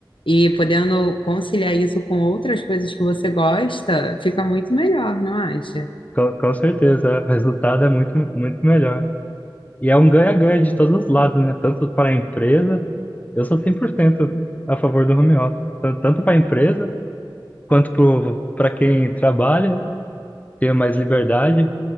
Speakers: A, on the left (about 80°); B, on the left (about 20°).
A: e podendo conciliar isso com outras coisas que você gosta, fica muito melhor, não acha?
B: Com, com certeza. é. O resultado é muito, muito melhor. E é um ganha-ganha de todos os lados, né? Tanto para a empresa, eu sou 100% a favor do home office. Tan- Tanto para a empresa, quanto para quem trabalha, tenha mais liberdade.